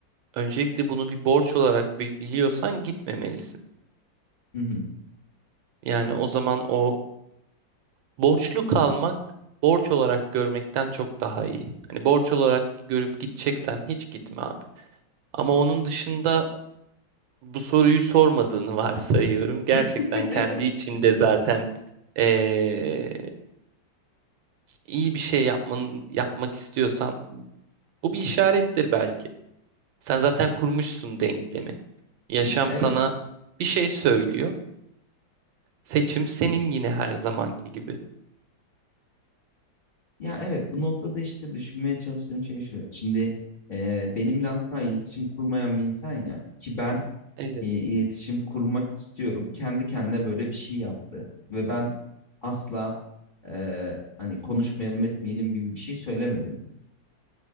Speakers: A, on the right; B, on the left.
A: öncelikle bunu bir borç olarak bi- biliyorsan gitmemelisin.
B: Hı hı.
A: Yani o zaman o borçlu kalmak borç olarak görmekten çok daha iyi. Hani borç olarak görüp gideceksen hiç gitme abi. Ama onun dışında bu soruyu sormadığını varsayıyorum. Gerçekten
B: <laughs>
A: kendi içinde zaten eee, iyi bir şey yapman, yapmak istiyorsan bu bir işarettir belki. Sen zaten kurmuşsun denklemi. Yaşam
B: Evet.
A: sana bir şey söylüyor. Seçim senin yine her zamanki gibi.
B: Ya evet bu noktada işte düşünmeye çalıştığım şey şu. Şimdi e, benimle asla iletişim kurmayan bir insan ya ki ben
A: Evet.
B: e, iletişim kurmak istiyorum. Kendi kendine böyle bir şey yaptı. Ve ben asla e, hani konuşmayalım etmeyelim gibi bir şey söylemedim.